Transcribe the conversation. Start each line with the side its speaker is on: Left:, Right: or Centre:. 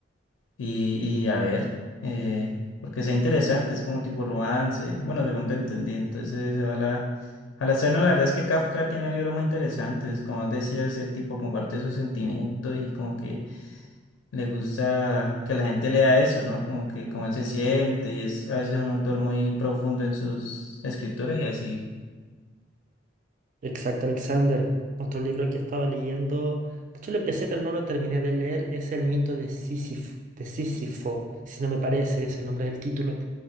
Left: Y, y a ver, eh, porque sea interesante, es como tipo romance, bueno, según te entendí, entonces a la, a la escena la verdad es que Kafka tiene libros muy interesantes, como decías, el tipo comparte sus sentimientos y como que le gusta que la gente lea eso, ¿no? Como que como él se siente y es a veces un autor muy profundo en sus escrituras y así.
Right: Exacto, Alexander. Otro libro que estaba leyendo, de hecho lo empecé pero no lo terminé de leer, es El mito de Sísif- de Sísifo, si no me parece, es el nombre del título.